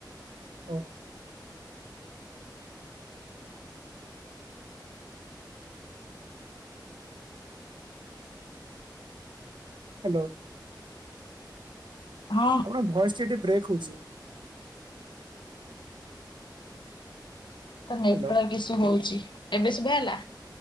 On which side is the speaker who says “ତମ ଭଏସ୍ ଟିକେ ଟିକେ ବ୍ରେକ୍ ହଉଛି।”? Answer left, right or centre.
Right